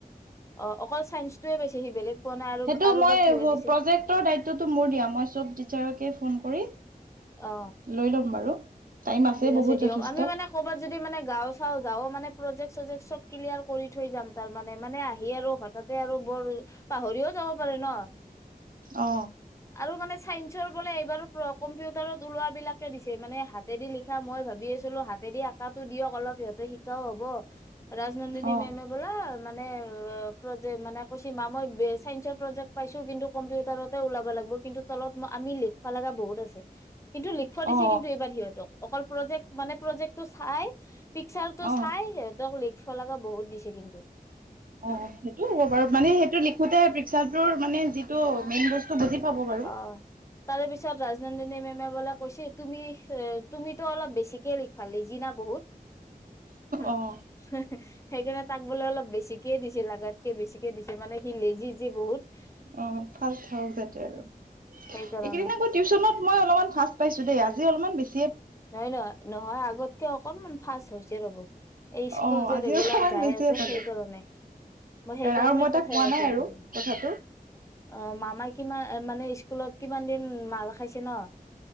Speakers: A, on the left; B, on the right.
A: অ', অকল চাইন্সয়ে পাইছে সি বেলেগ পোৱা নাই আৰু বা
B: টো,
A: আৰু
B: মই
A: কিহৰ দিছে
B: প-প্ৰজেক্টৰ দায়িত্বটো মোৰ দিয়া, মই চব টিচাৰকে ফোন কৰি
A: অ
B: লৈ লম বাৰু। টাইম
A: ঠিক
B: বহুত
A: আছে দিয়ক,
B: যথেষ্ট
A: আমি মানে কৰ'বাত যদি মানে গাঁও, চাওঁ যাওঁ মানে প্ৰজেক্ট, চজেক্ট চব ক্লিয়াৰ কৰি থৈ যাম তাৰমানে, মানে আহিয়েই আৰু হঠাতে আৰু বৰ পাহৰিও যাব পাৰোঁ ন?
B: অ
A: আৰু মানে চাইন্সৰ বোলে এইবাৰ প্ৰ-কম্পিউটাৰত ওলোৱা বিলাকে দিছে, মানে হাতেদি লিখা মই ভাবি আছিলোঁ হাতেদি আক কাতো দিয়ক অলপ সিহঁতে শিকাও হ'ব, ৰাজনন্দিনী
B: অ
A: মেমে বোলে এ মানে প্ৰজেক্ট মানে কৈছে মা মই বে-চায়েঞ্চৰ প্ৰজেক্ট পাইছোঁ, কিন্তু কম্পিউটাৰতে ওলাব লা ব, কিন্তু তলত আমি লিখব লাগা বহুত আছে, কিন্তু লিখব দিছে
B: অ
A: কিন্তু এইবাৰ সিহঁত অকল প্ৰজেক্ট মানে প্ৰজেক্টো চাই পিকচাৰটো
B: অ
A: চাই সিহঁতক লিখব লগা বহুত দি দিছে কিন্তু।
B: অ', সেইটো হ'ব বাৰু মানে সেইটো লিখোতে পিকচাৰটোৰ মানে যিটো মেইন বস্তু বুজি পাব বাৰু
A: অ', তাৰে পিছত ৰাজনন্দিনী মেমে বোলে কৈছি তুমি এ, তুমিতো অলপ বেছিকে লি ভালে যি না বহুত
B: অ
A: সেইকাৰণে তাক বোলে অলপ বেছি বেছিকে দিছে লাগাতকে বেছিকে দিছে মানে সি লেজি যে বহুত।
B: অ ফাষ্ট হওক যাতে আৰু
A: সেইকাৰণে
B: এইকেইদিন আকৌ টিউচনত মই অলপমান ফাৰ্ষ্ট পাইছো দেই আজি অলপমান বেছি।
A: নহয়, নহয়, নহয় আগতকে অকনমান। ফাছ হৈছে ৰ'ব এই স্কুল
B: অ
A: যে
B: আজি
A: ৰেগুলাৰ
B: অলপমান
A: যাই
B: বেছিয়ে
A: আছে
B: পালো
A: সেইকাৰণে। মই সেইকাৰণে
B: আৰু মই
A: পঠাই
B: তাক কোৱা
A: আছো
B: নাই
A: এইকেইদিন
B: আৰু
A: অ,
B: কথাটো
A: মামা কি মানে স্কুলত কিমান দিন মাৰ খাইছে ন।